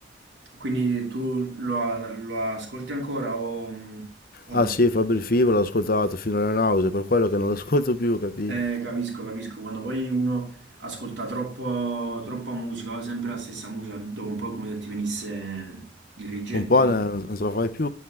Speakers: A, on the right (about 70°); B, on the left (about 50°).
A: Quindi tu lo, lo ascolti ancora o, o no?
B: Ah sì, Fabri Fibo l'ho ascoltato fino alla nausea, per quello che non lo ascolto più, capito?
A: Eh, capisco, capisco. Quando poi uno ascolta troppo, troppa musica, sempre la stessa musica, dopo un po' è come se ti venisse il rigetto,
B: un po'
A: no?
B: non, non ce la fai più,